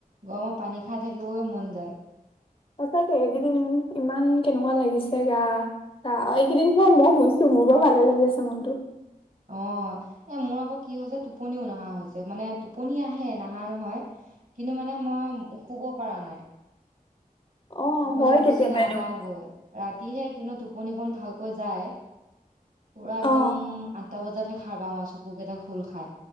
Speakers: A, on the right; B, on the left.
A: গৰমত পানী খাই থাকিবই মন যায়।
B: সঁচাকে, এইগিদিন ইমান কেনেকুৱা লাগিছে গা। আহ, এইগিদিন বাও মই শুইছো মোৰ বাৰু ভালে লাগি আছে মনটো।
A: অ। এ মোৰ আকৌ কি হৈছে টোপনিও নাহা হৈছে, মানে টোপনি আহে নাহা নহয়। কিনো মানে মই শুব পৰা নাই।
B: অ
A: টোপনি
B: হয়
A: গুচি
B: কেতিয়াবা
A: নাযাওঁগৈ।
B: এনেকুৱা
A: ৰাতিহে কিনো টোপনিকণ ভালকৈ যায়, পুৰা একদম
B: অ
A: আঠটা বজাতহে খাৰ পাওঁ আৰু চকুকেইটা খোল খায়।